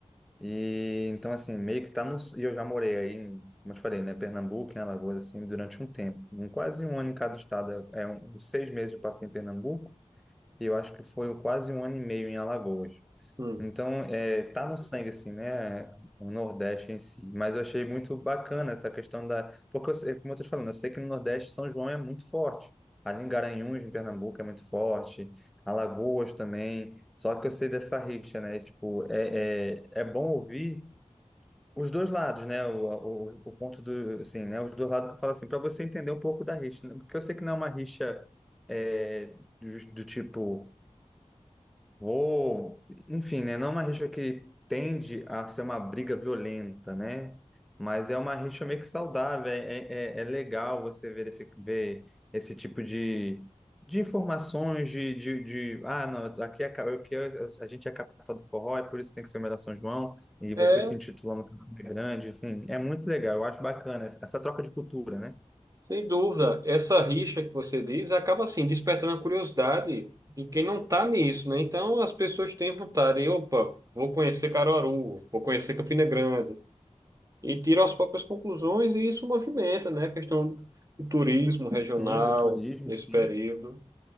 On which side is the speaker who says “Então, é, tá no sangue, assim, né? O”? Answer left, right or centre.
Centre